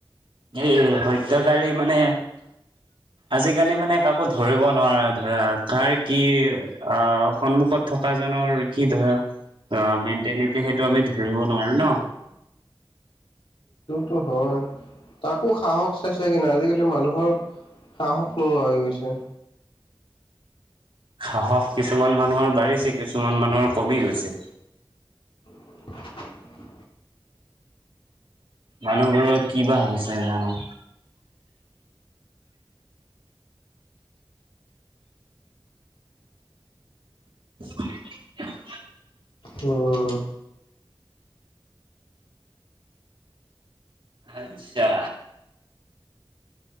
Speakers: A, on the right; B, on the left.
A: এই হত্যাকৰী মানে, আজিকালি মানে কাকো ধৰিব নোৱাৰা। ধৰা কাৰ কি আহ, সন্মুখত থকা জনৰ কি ধৰা অহ, মেইন টেনেন্ট সেইটো আমি ধৰিব নোৱাৰো ন।
B: উম', হয়। তাকো সাহস চাইছা কিনে আজিকালি মানুহৰ সাহস নোহোৱা হৈ গৈছে।
A: সাহস কিছুমান মানুহৰ বাঢ়িছে, কিছুমান মানুহৰ কমি গৈছে।
B: <unintelligible>
A: মানুহবোৰৰ কি বা হৈছে জানো। <unintelligible>
B: উম
A: আচ্ছা।